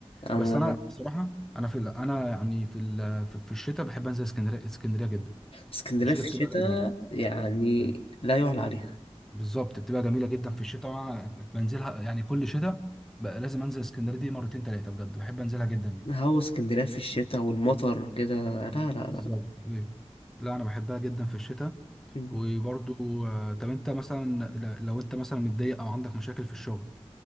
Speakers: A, on the left; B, in the centre.
A: انا
B: بس انا بصراحه انا في ال- انا يعني في ال- في في الشتاء بحب انزل اسكندريه اسكندريه جدا
A: اسكندرية
B: الشتاء
A: في الشتاء
B: بتبقى جميله
A: يعني
B: بجد.
A: لا يعلى عليها
B: بالظبط بتبقى جميله جدا في الشتاء وانا بنزلها يعني كل شتاء بقى لازم انزل اسكندريه دي مرتين ثلاثه بجد بحب انزلها جدا يعني
A: هو اسكندرية في الشتاء والمطر كده لا لا لا
B: بالظبط
A: لا
B: ايوه لا انا بحبها جدا في الشتاء
A: م.
B: وبرضو آه، طب انت مثلا ل- لو انت مثلا متضايق او عندك مشاكل في الشغل